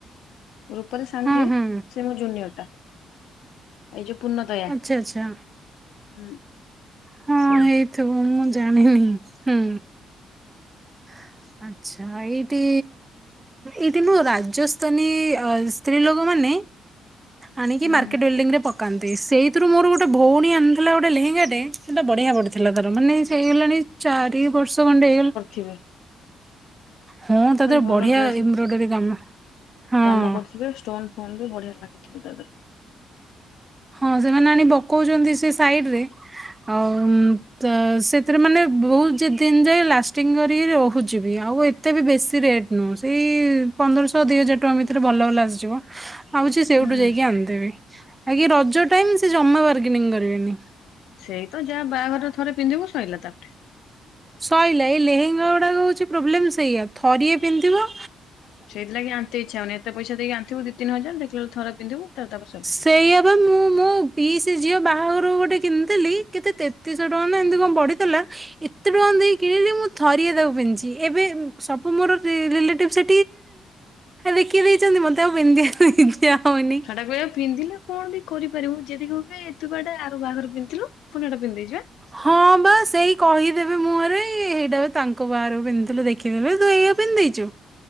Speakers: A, on the left; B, on the right.
A: ରୂପାଲି ସାଙ୍ଗ
B: ହଁ
A: ଯିଏ
B: ହଁ
A: ସିଏ ମୋ ଜୁନିଅର୍ଟା। ଏଇ ଯୋଉ ପୂର୍ଣ୍ଣଦୟା ଉଁ
B: ଆଚ୍ଛା ଆଚ୍ଛା ହଁ
A: ସେଇ।
B: ହେଇଥିବ ମୁଁ ଜାଣିନି ହୁଁ। <unintelligible> ଆଚ୍ଛା ଏଇଠି ଏଇଠିମ ରାଜସ୍ଥାନୀ ସ୍ତ୍ରୀ ଲୋକମାନେ ଆଣିକି
A: ହୁଁ
B: ମାର୍କେଟ ବିଲଡିଂରେ ପ ପକାନ୍ତି ସେଇଥିରୁ ମୋର ଗୋଟେ ଭଉଣୀ ଆଣିଥିଲା ଗୋଟେ ଲେହେଙ୍ଗାଟେ ସେଟା ବଢିଆ ବଢିଥିଲା ତାର ମାନେ ହେଇଗଲାଣି ଚାରି ବର୍ଷ ଖଣ୍ଡେ ହେଇଗଲା
A: ଥିବେ।
B: ହଁ ତତେ
A: ଭଲ
B: ବଢିଆ
A: ଡ୍ରେସ
B: ଏମ୍ବ୍ରୋଡରୀ କାମ ହଁ
A: କାମ କରିଥିବେ ଷ୍ଟୋନ୍ ଫୋନ୍ ବି ବଢିଆ ଲାଗିଥିବ ତା ଦେହରେ।
B: ହଁ ସେମାନେ ଆଣିକି ପକଉଚନ୍ତି ସେ ସାଇଡ୍ ରେ। ଆଉ ତ ସେଥିରେ ମାନେ ବହୁତ୍ ଦିନି ଯାଏ ଲାଷ୍ଟିଙ୍ଗ୍ କରିକି ରହୁଚି ବି ଆଉ ଏତେ ବି ବେଶୀ ରେଟ୍ ନୁହଁ ସେଇ ପନ୍ଦରଶ ଦି ହଜାର ଟଙ୍କା ଭିତରେ ଭଲ ଭଲ ଆସିଯିବ। ଭାବୁଚି ସେଉଠୁ
A: ହୁଁ
B: ଯାଇକି ଆଣିଦେବି ବାକି ରଜ ଟାଇମ୍ ସେ ଜମା ବାର୍ଗେନିଂ କରିବେନି।
A: ସେଇ ତ ଯାହା ବାହାଘର ରେ ଥରେ ପିନ୍ଧିବୁ ସଇଲା ତାପରେ।
B: ସଇଲା ଏଇ ଲେହେଙ୍ଗା ଗୁଡାକ ହଉଚି ପ୍ରୋବ୍ଲେମ୍ ସେଇଆ ଥରିଏ ପିନ୍ଧିଥିବ
A: ସେଇଥିଲାଗି ଆଣିତେ ଇଚ୍ଛା ହଉନି ଏତେ ପଇସା ଦେଇକି ଆଣିଥିବୁ ଦି ତିିନି ହଜାର ଦେଖିଲାବେଳକୁ ଥରେ ପିନ୍ଧିବୁ ତାପରେ ସଇଲା।
B: ସେଇଆ ପା ମୁଁ ମୋ ପିଇସି ଝିଅ ବାହାଘର କୁ ଗୋଟେ କିଣିଥିଲି କେତେ ତେତ୍ ତେତିିଶ ଟଙ୍କା ନା ଏମିତି କଣ ପଡ଼ିଥିଲା ଏତେ ଟଙ୍କା ଦେଇ କିଣିଲି ମୁଁ ଥରିଏ ତାକୁ ପିନ୍ଧିଚି ଏବେ ସବୁ ମୋର ରି-ରିଲେଟିଭ୍ ସେ
A: <inaudible>
B: ଦେଖି ଦେଇଚନ୍ତି ମତେ ଆଉ ପିନ୍ଧିବାକୁ ଇଚ୍ଛା ହଉନି।
A: ଛୁଆଟାକୁ ଏବେ ପିନ୍ଧିଲେ କଣ୍ ବି କରିପାରିବୁ ଯଦି କହିବେ ତୁ ପା ଏଟା ଆର ବାହାଘର ରେ ପିନ୍ଧିଥିଲୁ ପୁଣି ଏଟା ପିନ୍ଧି ଦେଇଚୁ ଆଁ।
B: ହଁ ବା ସେଇ କହିଦେବେ ମୁଁହଁ ରେ ହେଇଟା ପା ତାଙ୍କ ବାହାଘର କୁ ପିନ୍ଧିଥିଲୁ ଦେଖ୍ ଦେଖିଥିଲୁ ତୁ ଏଇଆ ପିନ୍ଧି ଦେଇଚୁ।